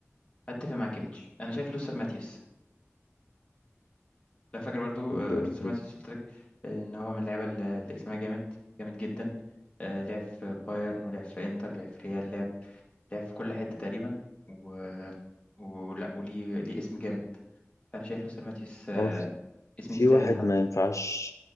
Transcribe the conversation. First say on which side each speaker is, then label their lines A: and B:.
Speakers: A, on the left; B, on the left.
A: اتفق معاك يا ميتش انا شايف لوثر ماتيوس لا فاكر برضو
B: اللي-
A: آه، لوثر ماتيوس قلت لك آه، ان هو من اللعيبه اللي اللي اسمها جامد جامد جدا آه، لعب في بايرن ولعب في انتر لعب في ريال لعب لعب في كل حته تقريبا و... ولا وليه ليه اسم جامد فانا شايف لوثر ماتيوس آه،
B: خلاص.
A: اسم
B: في
A: يستاهل
B: واحد
A: يتحط
B: ما ينفعش